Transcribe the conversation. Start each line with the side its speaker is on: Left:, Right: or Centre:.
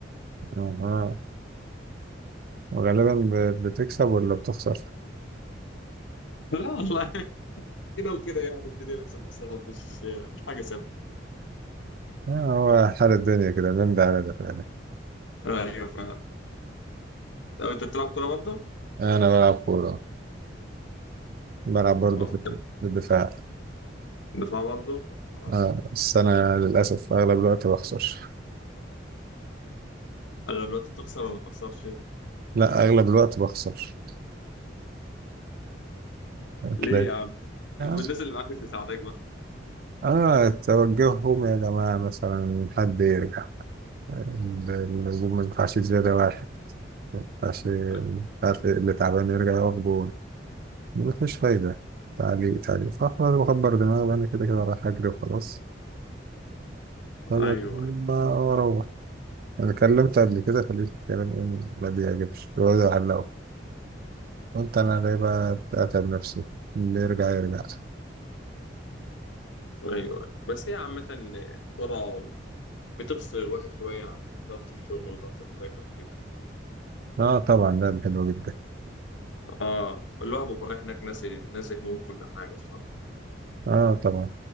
Right: اه وغالبا ب- بتكسب ولا بتخسر
Left: <laughs> لا والله كده وكده يعني الدنيا مكسب وخسارة مش مش حاجة ثابتة
Right: آه، هو حال الدنيا كده بين ده على ده فعلا
Left: ايوه فعلا طب انت بتلعب كوره برضه؟
Right: انا بلعب كورة بلعب برضه
Left: اه
Right: في الد- في الدفاع
Left: دفاع برضه؟ آه.
Right: آه، بس انا للاسف اغلب الوقت بخسر
Left: انا دلوقتي تخسر ولا ما تخسرش؟
Right: لا اغلب الوقت بخسر هتلاقي
Left: ليه يا عم؟ يبقى
Right: اه
Left: الناس اللي معاك مش مساعداك بقى
Right: آه، توجههم يا جماعة مثلا حد يرجع ال- الهجوم ما ينفعش زيادة واحد ما ينفعش مش
Left: <laughs>
Right: عارف إيه اللي تعبان يرجع يقف جون مفيش فايدة تعليق تعليق فأخرج بكبر دماغي وأنا كده كده رايح أجري وخلاص فبكلم
Left: ايوه ايوه
Right: بقى وأروح أنا كلمت قبل كده فلقيت الكلام إيه ما بيعجبش بيقعدوا يعلقوا قلت أنا ليه بقى أتعب نفسي اللي يرجع يرجع
Left: ايوه بس هي عامة كرة بتفصل الواحد شوية عن ضغط الشغل وضغط المذاكرة وكده
Right: آه طبعا لعبة حلوة جدا
Left: اه الواحد بيبقى رايح هناك ناسي ناسي هموم كل حاجة بصراحة
Right: آه طبعا